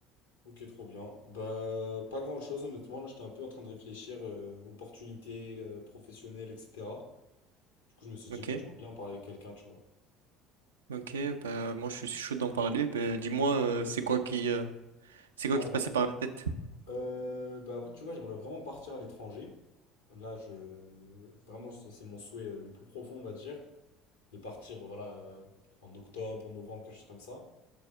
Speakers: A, on the left; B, on the right.
A: Ok, trop bien. Bah, pas grand-chose, honnêtement. Là, j'étais un peu en train de réfléchir euh, opportunités euh, professionnelles, etc. Du coup, je me suis dit,
B: Ok,
A: bah, j'aimerais bien en parler avec quelqu'un, tu vois.
B: ok, bah moi je suis chaud d'en parler. Bah, dis-moi euh, c'est quoi qui euh, c'est quoi
A: Alors,
B: qui te passait par la tête?
A: euh, bah, en fait, tu vois, j'aimerais vraiment partir à l'étranger. Là, je... Vraiment, c'est c'est mon souhait euh, le plus profond, on va dire, de partir, voilà, euh, en octobre, en novembre, quelque chose comme ça.